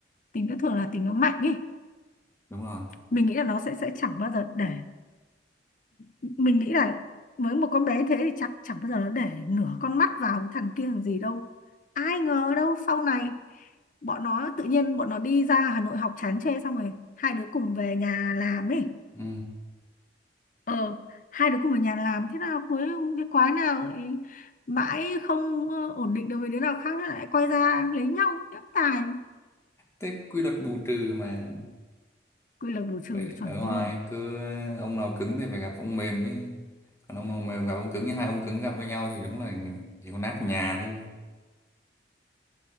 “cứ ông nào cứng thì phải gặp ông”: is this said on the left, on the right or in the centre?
Left